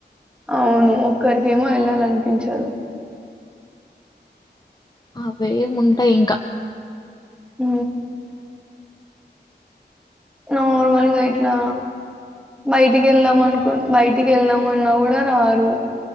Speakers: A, in the centre; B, on the left.
A: అవును ఒక్కరికేమో వెళ్ళాలనిపించదు
B: అవేం ఉంటయి ఇంకా
A: అ నార్మల్గా ఇట్లా బయటికి వెళ్దాం అనుకు బయటికి వెళ్దామన్నా కూడా రారు.